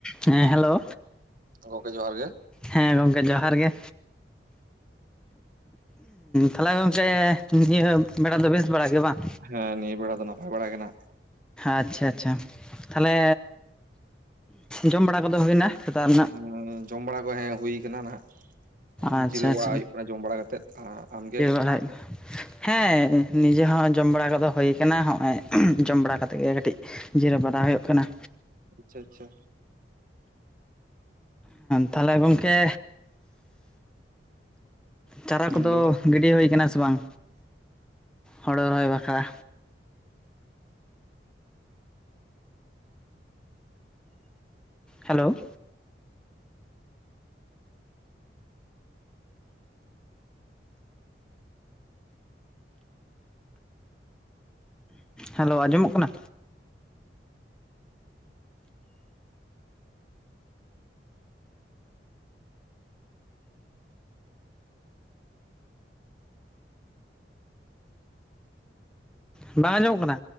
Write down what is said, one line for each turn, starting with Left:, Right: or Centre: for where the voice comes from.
Centre: ᱦᱮᱸ ᱦᱮᱞᱳ
Right: ᱛᱚ ᱜᱚᱝᱠᱮ ᱡᱚᱦᱟᱨ ᱜᱮ
Centre: ᱦᱮᱸ ᱜᱚᱝᱠᱮ ᱡᱚᱦᱟᱨ ᱜᱮ ᱛᱟᱞᱦᱮ ᱜᱚᱝᱠᱮ ᱱᱤᱭᱟᱹ ᱵᱮᱲᱟ ᱫᱚ ᱵᱮᱥ ᱵᱟᱲ ᱜᱮ ᱵᱟᱝ
Right: ᱦᱮᱸ ᱱᱤᱭᱟᱹ ᱵᱮᱲᱟ ᱫᱚ ᱱᱟᱯᱟᱭ ᱵᱟᱲᱟ ᱜᱮ ᱱᱟᱜ
Centre: ᱟᱪᱪᱷᱟ ᱟᱪᱪᱷᱟ ᱛᱷᱟᱞᱮ ᱡᱚᱢ ᱵᱟᱲᱟ ᱠᱚᱫᱚ ᱦᱩᱭ ᱱᱟᱛᱟᱜ
Right: ᱦᱮᱸ ᱡᱚᱢ ᱵᱟᱲᱟ ᱠᱚ ᱦᱮᱸ ᱦᱩᱭᱩ ᱠᱟᱱᱟ ᱱᱟᱦᱟᱜ
Centre: ᱟᱪᱪᱷᱟ
Right: ᱡᱤᱨᱟᱹᱣ
Centre: ᱟᱪᱪᱷᱟ
Right: ᱵᱟᱲᱟ ᱦᱩᱭᱩᱜ ᱠᱟᱱᱟ ᱡᱚᱢ ᱵᱟᱲᱟ ᱠᱟᱛᱮᱫ ᱟᱢ ᱜᱮ?
Centre: <unintelligible> ᱦᱮᱸ ᱱᱤᱡᱮ ᱦᱚᱸ ᱡᱚᱢ ᱵᱟᱲᱟ ᱠᱚᱫᱚ ᱦᱳᱭ ᱠᱟᱱᱟ᱾ ᱦᱚᱸᱜᱼᱚᱭ ᱡᱚᱢ ᱵᱟᱲᱟ ᱠᱟᱛᱮ ᱜᱮ ᱠᱟᱹᱴᱤᱡ ᱡᱤᱨᱟᱹᱣ ᱵᱟᱲᱟ ᱦᱳᱭᱳᱜ ᱠᱟᱱᱟ᱾
Right: ᱟᱪᱪᱷᱟᱻ ᱟᱪᱪᱷᱟᱻ᱾
Centre: ᱛᱟᱦᱟᱞᱮ ᱜᱚᱝᱠᱮ ᱪᱟᱨᱟ ᱠᱚᱫᱚ
Right: ᱞᱟᱹᱭ ᱢᱮ
Centre: ᱜᱤᱰᱤ ᱦᱳᱭ ᱠᱟᱱᱟ ᱥᱮ ᱵᱟᱝ ᱦᱳᱲᱳ ᱨᱚᱦᱚᱭ ᱵᱟᱠᱷᱨᱟ? ᱦᱮᱞᱳ ᱦᱮᱞᱳ ᱟᱸᱡᱚᱢᱚᱜ ᱠᱟᱱᱟ? ᱵᱟᱝ ᱟᱸᱡᱚᱢᱚᱜ ᱠᱟᱱᱟ᱾